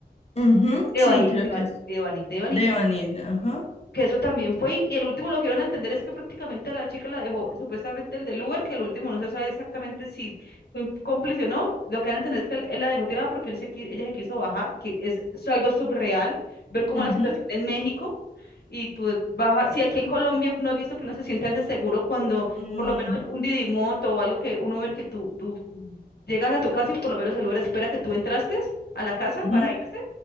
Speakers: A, on the left; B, on the left.
A: Ujú,
B: Devani,
A: sí, creo
B: Devani,
A: que es
B: Devani, Devani,
A: Devani, ajá.
B: que eso también fue, y el último lo que dieron a entender es que prácticamente a la chica la dejó, supuestamente el del Uber, que el último no se sabe exactamente si fue un cómplice o no, lo que dan a entender es que él, él la dejó tirada porque él se, qui- ella se quiso bajar, que es, es algo subreal, ver cómo
A: ujú,
B: la situación en México, y tú de- bajar, si aquí en Colombia no has visto que uno se siente hace seguro cuando
A: mm,
B: por lo menos un Didimoto o algo que, un Uber que tú, tú llegas a tu casa y por lo menos el Uber espera que tú entraste a la casa
A: Ujú.
B: para irse